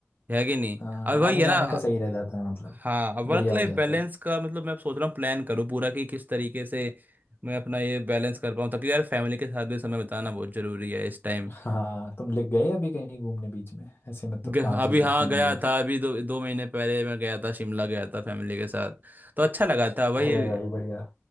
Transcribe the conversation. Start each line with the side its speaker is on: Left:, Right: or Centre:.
Right: है कि नहीं
Left: हाँ
Right: अब भाई
Left: आने
Right: है
Left: जाने
Right: ना
Left: का सही रह जाता है मतलब
Right: हाँ वर्क
Left: बढ़िया
Right: लाइफ
Left: हो जाता
Right: बैलेंस
Left: है
Right: का मतलब मैं अब सोच रहा हूँ प्लान करूँ पूरा कि किस तरीके से मैं अपना ये बैलेंस कर पाऊँ ताकि यार फैमिली के साथ भी समय बिताना बहुत जरूरी है इस टाइम
Left: हाँ तुम लिख गए अभी कहीं घूमने बीच में ऐसे मतलब
Right: ग-
Left: काम से
Right: अभी
Left: छुट्टी
Right: हाँ
Left: मिली
Right: गया
Left: हो तो
Right: था अभी दो दो महीने पहले मैं गया था शिमला गया था फैमिली के साथ तो अच्छा लगा था भाई
Left: अरे भाई बढ़िया